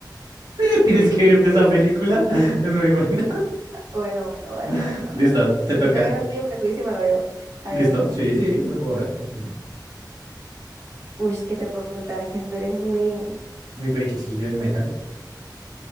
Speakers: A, on the right (about 60°); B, on the right (about 40°).
A: <laughs> tienes
B: <laughs>
A: que verte esa película. <laughs> Es muy buena.
B: bueno, bueno, bueno,
A: <laughs>
B: me la
A: Listo,
B: voy a ver. Si
A: te toca.
B: tú te ves Orgullo y Prejuicio, me la veo. A
A: ¿Listo?
B: ver,
A: Sí, sí, me lo puedo ver. Ujú.
B: uy, ¿qué te puedo preguntar? Es que tú eres muy,
A: Muy friquisillo el metal.